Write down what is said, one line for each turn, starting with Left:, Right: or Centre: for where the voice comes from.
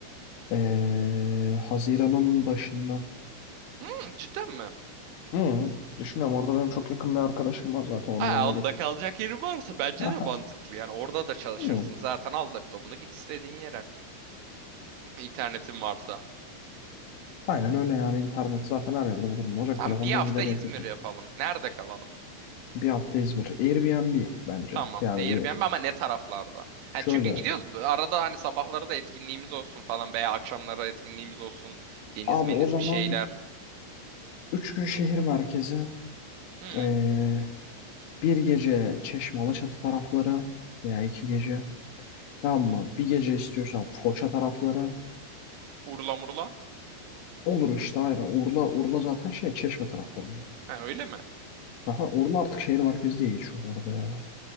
Left: Ee, Haziran'ın başında.
Right: Hmm, cidden mi?
Left: Hı, düşünüyorum orada benim çok yakın bir arkadaşım var zaten onun
Right: Ha,
Left: yanına
Right: onda
Left: getiririm.
Right: kalacak yerin varsa bence
Left: Aha.
Right: de mantıklı. Yani orada da çalışırsın.
Left: Hı.
Right: Zaten al laptopunu git istediğin yere. İnternetin varsa.
Left: Aynen öyle yani internet zaten her yerde bulurum. Olacak
Right: Tamam
Left: telefondan
Right: bir hafta
Left: gider
Right: İzmir
Left: en kötü.
Right: yapalım. Nerede kalalım?
Left: Bir hafta İzmir. Airbnb bence.
Right: Tamam.
Left: Yani
Right: Airbnb
Left: bir
Right: ama ne taraflarda?
Left: şöyle.
Right: Hani çünkü gidiyoruz. Arada hani sabahları da etkinliğimiz olsun falan veya akşamları etkinliğimiz olsun. Deniz
Left: Abi
Right: meniz
Left: o zaman
Right: bir şeyler.
Left: 3 gün şehir merkezi.
Right: Hı,
Left: ee, bir gece Çeşme Alaçatı tarafları veya iki gece. Tamam mı? Bir gece istiyorsan Foça tarafları.
Right: Urla murla.
Left: Olur işte aynen. Urla, Urla zaten şey Çeşme taraflarında.
Right: Ha, öyle mi?
Left: Aha, Urla artık şehir merkezi diye geçiyor bu arada ya.